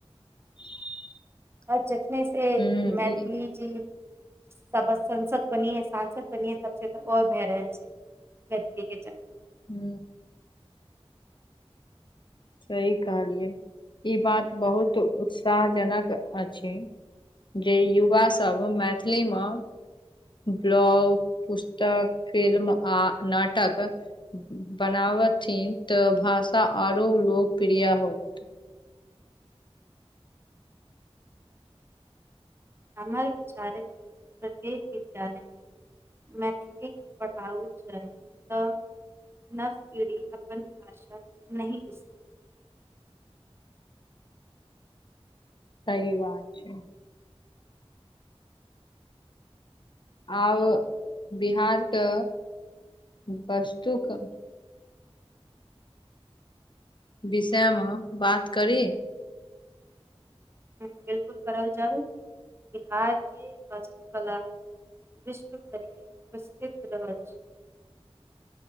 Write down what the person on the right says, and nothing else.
और जखने से
मैथली जी सब संस <unintelligible> द बने सांसद बने सबेन ओर भए रहल छै मैथली के चर्चा
हमर विचार मे प्रत्येक विद्यालय मे मैथिली पढ़ाबल छै त नव पीढ़ी अपन भाषा नही बिसर
बिल्कुल करल जाऊ बिहार के वास्तु कला विश्व भरि में प्रसिद्ध रहल छै